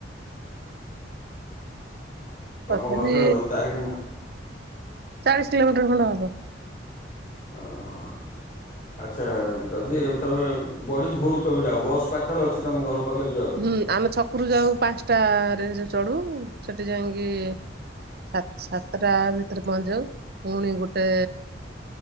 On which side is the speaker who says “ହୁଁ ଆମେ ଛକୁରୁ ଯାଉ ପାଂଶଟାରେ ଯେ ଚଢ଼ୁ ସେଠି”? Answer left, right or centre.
Right